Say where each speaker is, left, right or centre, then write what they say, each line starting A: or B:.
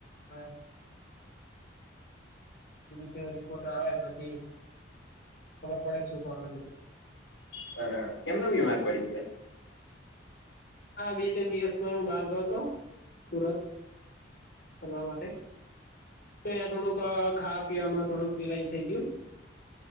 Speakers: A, on the left (about 55°); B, on the left (about 75°).
A: હ. પ રિપોર્ટ આવે પછી. ખબર પડે શું તોનન
B: બરાબર કેમનો બીમાર પડી ગયા.
A: હા બે ત્રણ દિવસ પર હું બહાર ગયો હતો. સુરત. કરવા માટે તો એ થોડું. ખાવા પીવા માં થોડુંક. પેલા થઈ ગયું